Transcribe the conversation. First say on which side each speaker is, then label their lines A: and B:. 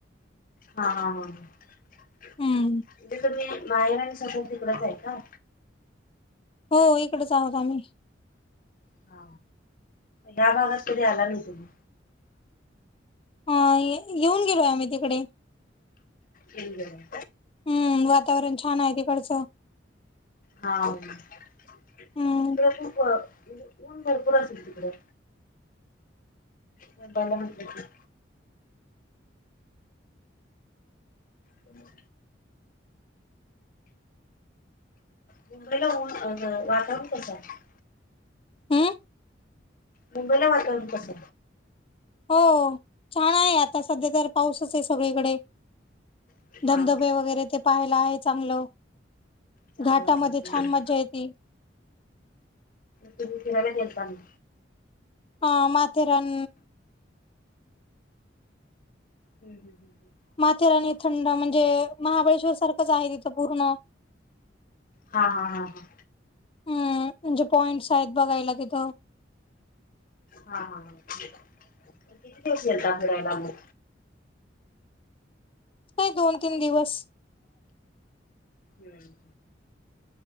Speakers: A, on the left; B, on the left.
A: हा म्हणजे
B: हम्म
A: तुम्ही माहेर तिकडच आहे का?
B: हो इकडच आहोत आम्ही.
A: हा या्या भागात कधी आला नाही तुम्ही?
B: ह येऊन गेलोय आम्ही तिकडे.
A: हम्.
B: हम्म वातावरण छान आहे तिकडचं.
A: हा तिकडे
B: हम्म
A: खूप ऊन भरपूर असेल तिकडे. म ब हो. मुंबईला ऊन वातावरण कसं आहे.
B: हम्म
A: मुंबईला वातावरण कस
B: हो छान आहे आता सध्या तर पाऊसच आहे सगळीकडे.
A: आहे? हा
B: धबधबे वगैरे ते पाहायला आहे चांगलं
A: चांगला
B: घाटामध्ये
A: आहे
B: छान मज्जा येते
A: त स दि स <unintelligible> <unintelligible>
B: हा हम्म माथेरान
A: हम् हम हम हम <unintelligible>
B: माथेरानी थंड म्हणजे महाबळेश्वर सारखंच आहे तिथं पूर्ण
A: हा हा हा हा
B: हम् म्हणजे पॉइंट्स आहेत बघायला तिथं
A: हा हा किती दिवस गेलता फिरायला मग
B: नाही दोन तीन दिवस
A: हम्म